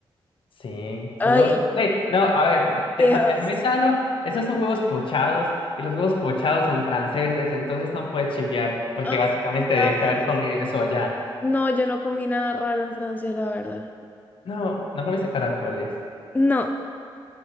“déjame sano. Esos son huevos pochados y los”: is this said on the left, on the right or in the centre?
Left